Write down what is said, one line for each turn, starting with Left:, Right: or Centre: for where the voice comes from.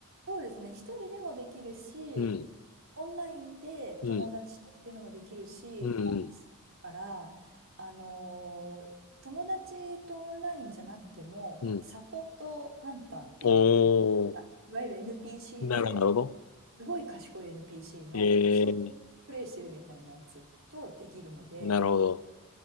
Right: そうですね。一人でもできるし、
Left: うん、
Right: オンラインで友達とっていうのもできるし、
Left: うん、うん、
Right: コンサートから、あのー友達とオンラインじゃなくても、
Left: うん、うん。
Right: サポートハンターっていう、
Left: おー、
Right: あいわゆる NPC
Left: なるほど、
Right: で、
Left: なるほど。
Right: すごい賢い NPC の人がプレイしてるみたいなやつとできるので、
Left: えー、なるほど。